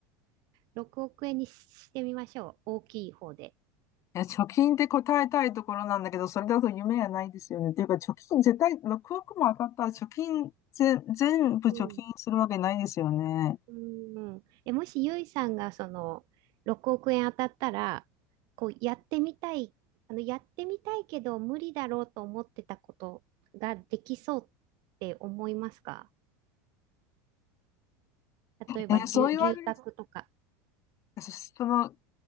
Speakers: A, on the right; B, on the left.
A: う。6億円にしてみましょう。大きい方で。
B: いや、貯金って答えたいところなんだけど、それだと夢がないですよね。っていうか、貯金絶対、6億も当たったら貯金、ぜ、全部貯金するわけないですよね。
A: うん。うん。え、もしゆいさんがその6億円当たったら、こうやってみたい、あの、やってみたいけど無理だろうと思ってたことができそうって思いますか例えば留、
B: えーそう言われる
A: 留学とか。
B: と、そその、